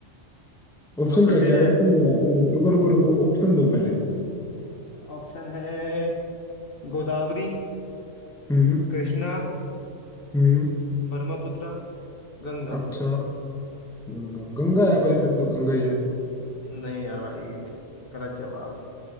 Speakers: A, on the left; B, in the centre.
A: लॉक
B: ऑप्शन
A: कर
B: क्या
A: दिया
B: क्या
A: जाए
B: है ऑप्शन दो यार पहले रुको रुको रुको ऑप्शन दो पहले
A: ऑप्शन है गोदावरी
B: हम्म
A: कृष्णा
B: हम्म
A: ब्रह्मपुत्र गंगा
B: अच्छा गंगा गंगा है भाई फिर तो गंगा ही है
A: नहीं यार भाई गलत जवाब